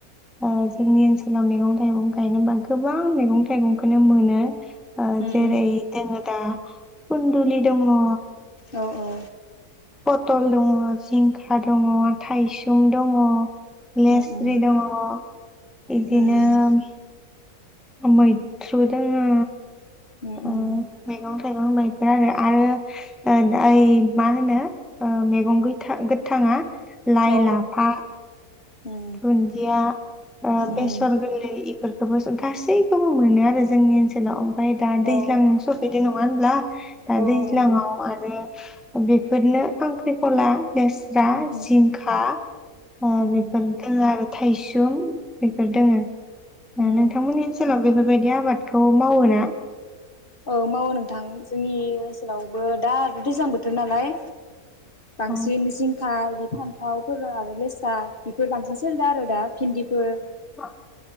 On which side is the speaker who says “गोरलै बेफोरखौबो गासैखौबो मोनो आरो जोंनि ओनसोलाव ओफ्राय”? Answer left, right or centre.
Centre